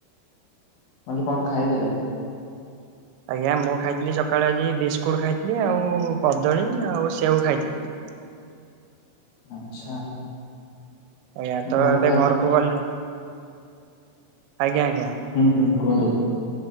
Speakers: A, on the left (about 65°); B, on the right (about 85°).
A: ମୁ କହିଲି କଣ ଖାଇଥିଲେ।
B: ଆଜ୍ଞା ମୁଁ ଖାଇଥିଲି ସକାଳେ ଆଜି ବିସ୍କୁଟ ଖାଇଥିଲି ଆଉ କଦଳୀ ଆଉ ସେଓ ଖାଇଥିଲି।
A: ଆଚ୍ଛା।
B: ଆଜ୍ଞା ତ
A: ଭଲ
B: ଏବେ
A: ଖାଇବା
B: ଘରକୁ ଗଲେ ଆଜ୍ଞା ଆଜ୍ଞା।
A: ହୁଁ ହୁଁ କୁହନ୍ତୁ।